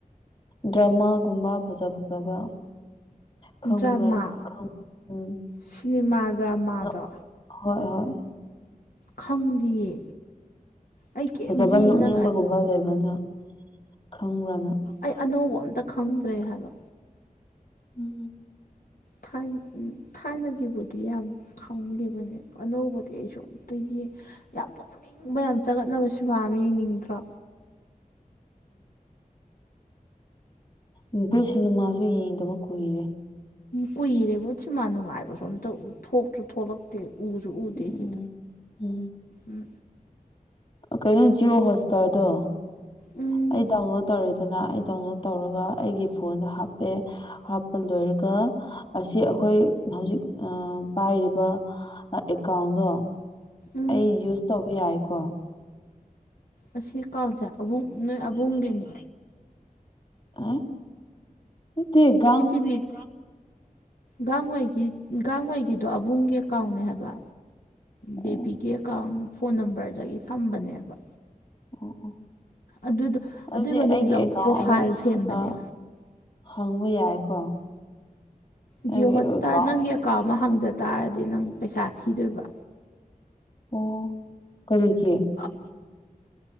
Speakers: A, on the left; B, on the left.
A: ꯗ꯭ꯔꯃꯥꯒꯨꯝꯕ ꯐꯖ ꯐꯖꯕ ꯈꯪꯕ꯭ꯔꯥ
B: ꯗ꯭ꯔꯃꯥ
A: ꯈꯪ ꯎꯝ
B: ꯁꯤꯅꯦꯃꯥ ꯗ꯭ꯔꯃꯥꯗꯣ
A: ꯅꯣꯛ ꯍꯣꯏ ꯍꯣꯏ
B: ꯈꯪꯗꯤꯌꯦ ꯑꯩ ꯀꯩꯝ
A: ꯐꯖꯕ
B: ꯌꯦꯡ
A: ꯅꯣꯛꯅꯤꯡꯕꯒꯨꯝꯕ
B: ꯅꯪ
A: ꯂꯩꯕ꯭ꯔꯅ ꯈꯪꯕ꯭ꯔꯅ
B: ꯑꯩ ꯑꯅꯧꯕ ꯑꯝꯇ ꯈꯪꯗ꯭ꯔꯦ ꯍꯥꯏꯕ
A: ꯎꯝ ꯎꯝ
B: ꯊꯥꯏꯅ ꯊꯥꯏꯅꯒꯤꯕꯨꯗꯤ ꯌꯥꯝ ꯈꯪꯗꯦꯕꯅꯦꯕ ꯑꯅꯧꯕꯗꯤ ꯑꯩꯁꯨ ꯑꯝꯇ ꯌꯦꯡ ꯌꯥꯝ ꯅꯣꯛꯅꯤꯡꯕ ꯌꯥꯝ ꯆꯒꯠꯅꯕ ꯁꯤꯃꯥ ꯑꯃ ꯌꯦꯡꯅꯤꯡꯗ꯭ꯔꯣ
A: ꯎꯝ ꯕꯣꯏ ꯁꯤꯅꯤꯃꯥꯁꯨ ꯌꯦꯡꯗꯕ ꯀꯨꯏꯔꯦ
B: ꯀꯨꯏꯔꯦꯕ ꯁꯃꯥꯟ ꯅꯨꯡꯉꯥꯏꯕꯁꯨ ꯑꯝꯇ ꯊꯣꯛꯁꯨ ꯊꯣꯛꯂꯛ ꯇꯦ ꯎꯁꯨ ꯎꯗꯦꯁꯤꯗꯤ
A: ꯎꯝ ꯎꯝ
B: ꯎꯝ
A: ꯀꯩꯅꯣ ꯖꯤꯑꯣ ꯍꯣꯁꯇꯥꯔꯗꯣ
B: ꯎꯝ
A: ꯑꯩ ꯗꯥꯎꯟꯂꯣꯗ ꯇꯧꯔꯤꯗꯅ ꯑꯩ ꯗꯥꯎꯟꯂꯣꯗ ꯇꯧꯔꯒ ꯑꯩꯒꯤ ꯐꯣꯟꯗ ꯍꯥꯞꯄꯦ ꯍꯥꯞꯄ ꯂꯣꯏꯔꯒ ꯑꯁꯤ ꯑꯩꯈꯣꯏ ꯍꯧꯖꯤꯛ ꯑ ꯄꯥꯏꯔꯤꯕ ꯑꯦꯀꯥꯎꯟꯗꯣ
B: ꯎꯝ
A: ꯑꯩ ꯌꯨꯁ ꯇꯧꯕ ꯌꯥꯏꯀꯣ
B: ꯑꯁꯤ ꯀꯥꯎꯟꯁꯦ ꯑꯕꯨꯡ ꯅꯣꯏ ꯑꯕꯨꯡꯒꯤꯅꯦ
A: ꯑ ꯅꯠꯇꯦ ꯒ
B: ꯊꯤꯇꯤꯚꯤꯠ ꯒꯥꯡꯉꯩꯒꯤ ꯒꯥꯡꯉꯩꯒꯤꯗꯣ ꯑꯕꯨꯡꯒꯤ ꯑꯀꯥꯎꯅꯦ ꯍꯥꯏꯕ
A: ꯑꯣ
B: ꯕꯤꯕꯤꯒꯤ ꯑꯦꯀꯥꯎꯟ ꯐꯣꯟ ꯅꯝꯕꯔꯗꯒꯤ ꯁꯝꯕꯅꯦꯕ
A: ꯑꯣ ꯑꯣ
B: ꯑꯗꯨꯗ
A: ꯑꯗꯨꯗꯤ
B: ꯑꯗꯨꯏ ꯃꯅꯨꯡꯗ
A: ꯑꯩꯒꯤ
B: ꯑꯃꯨꯛ
A: ꯑꯦꯀꯥꯎꯟ
B: ꯄ꯭ꯔꯣꯐꯥꯏꯜ ꯁꯦꯝꯕꯅꯦ
A: ꯑ ꯍꯪꯕ ꯌꯥꯏꯀꯣ
B: ꯖꯤꯌꯣ
A: ꯑꯩꯒꯤ
B: ꯍꯣꯠꯁꯇꯥꯔ
A: ꯑꯦꯀꯥꯎꯟ
B: ꯅꯪꯒꯤ ꯑꯦꯀꯥꯎꯟ ꯑꯃ ꯍꯪꯖ ꯇꯥꯔꯗꯤ ꯅꯪ ꯄꯩꯁꯥ ꯊꯤꯗꯣꯏꯕ
A: ꯑꯣ ꯀꯔꯤꯒꯤ
B: ꯑ